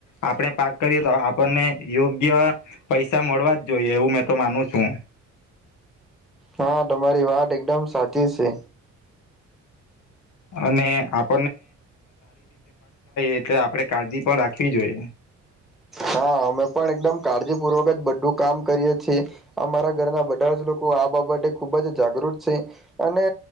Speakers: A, on the left (about 75°); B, in the centre.
A: આપણે પાક કરીએ તો આપ આપણને યોગ્ય પૈસા મળવા જ જોઈએ એવું મેં તો માનું છું.
B: હા તમારી વાત એકદમ સાચી છે.
A: અને આપ એટલે આપણે કાળજી પણ રાખવી જોઈએ.
B: હા અમે પણ એકદમ કાળજી પૂર્વક જ બધું કામ કરીએ છીએ. અમારા ઘરના બધા જ લોકો આ બાબતે ખુબ જ જાગૃત છે. અને